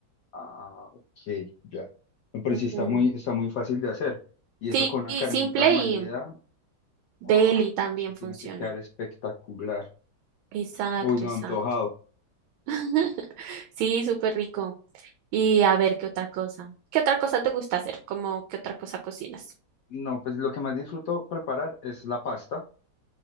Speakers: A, on the left; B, on the right.
A: Ah, ok, ya. No, Pero
B: Ujú.
A: sí está muy, está muy fácil de hacer. Y eso
B: Sí,
A: con una
B: y
A: carnita
B: simple
A: molida.
B: y deli
A: ¡ah!
B: también
A: eso tiene
B: funciona.
A: que quedar espectacular.
B: Exacto,
A: Uy, no,
B: exacto.
A: antojado.
B: <laughs> Sí, súper rico. Y a ver, ¿qué otra cosa? ¿Qué otra cosa te gusta hacer? ¿Cómo qué otra cosa cocinas?
A: No, pues lo que más disfruto preparar es la pasta.